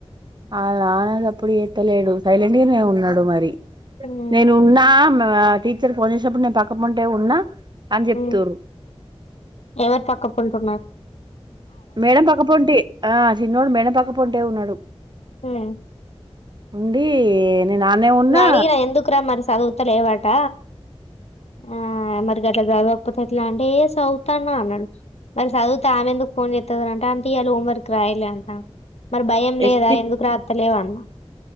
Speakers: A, on the right; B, on the left.
A: వాళ్ల నాన్న సప్పుడు చేతలేడు సైలెంట్ గానే ఉన్నడ్ డు మరి
B: ఉమ్
A: నేను ఉన్నా మేం అ టీచర్ ఫోన్ చేసినప్పుడు నేను పక్క పొంటే ఉన్నా అని చెప్తుర్రు
B: ఉమ్. ఎవరు పక్క పొంటి ఉన్న
A: మేడం పక్కపొంటి ఆ చిన్నోడు మేడం పక్కపొంటే ఉన్నాడు
B: ఉమ్.
A: ఉండి నేను ఆన్నే ఉన్నా
B: నేన్ అడిగా ఎందుకురా మరి స్కూ చదువుతలేవట ఆ అన్నారు గట్లా చదవకపోతే ఎట్లా అంటే ఏ చదువుతాన్నా అన్నాడు మరి చదువుతా ఆమె ఎందుకు ఫోన్ చేస్తది రా అంటే గాంకి ఇయాల హోంవర్క్ రాయలే అంట మరి భయం
A: ఎస్టీ
B: లేదా ఎందుకు రాతా లెవా అన్న